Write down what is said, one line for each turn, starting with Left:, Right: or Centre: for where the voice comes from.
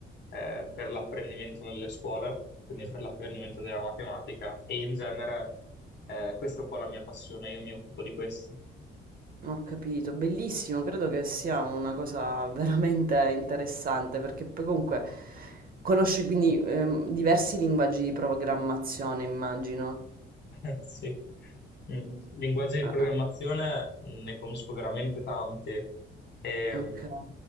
Left: eh, per l'apprendimento nelle scuole, quindi per l'apprendimento della matematica e in genere eh, questa è un po' la mia passione, io mi occupo di questo.
Right: ho capito, bellissimo, credo che sia una cosa <laughs> veramente interessante perché poi comunque conosci quindi ehm, diversi linguaggi di programmazione, immagino.
Left: <laughs> Eh, Sì. Mm, Linguaggi di
Right: Ah,
Left: programmazione
Right: ah,
Left: ne conosco veramente tanti, Ehm,
Right: Ok.